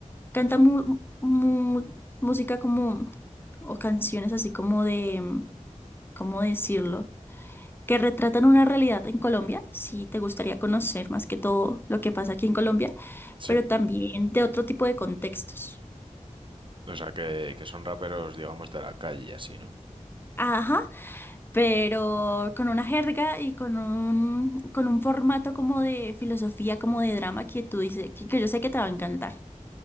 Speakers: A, on the left; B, on the right.
A: Canta mu- mu- música como, o canciones así como de, mm, ¿cómo decirlo? Que retratan una realidad en Colombia. Si te gustaría conocer más que todo lo que pasa aquí en Colombia,
B: sí.
A: pero también de otro tipo de contextos.
B: O sea, que, que son raperos, digamos, de la calle y así, ¿no?
A: Ajá, pero con una jerga y con un, con un formato como de filosofía, como de drama que tú dices, que, que yo sé que te va a encantar.